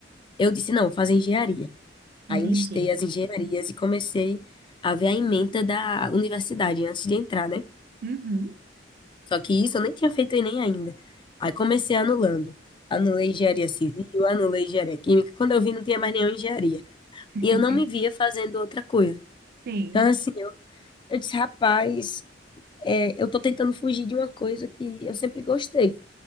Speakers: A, on the left; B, on the right.
A: eu disse, não, vou fazer engenharia. Aí
B: entendi.
A: eu listei as engenharias e comecei a ver a ementa da universidade antes de entrar, né?
B: Uhum,
A: Só que isso eu nem tinha feito Enem ainda. Aí comecei anulando. Anulei engenharia civil, anulei engenharia química. Quando eu vi, não tinha mais nenhuma engenharia.
B: <laughs>
A: E eu não me via fazendo outra coisa.
B: sim,
A: Então, assim, eu, eu disse, rapaz, é, eu tô tentando fugir de uma coisa que eu sempre gostei.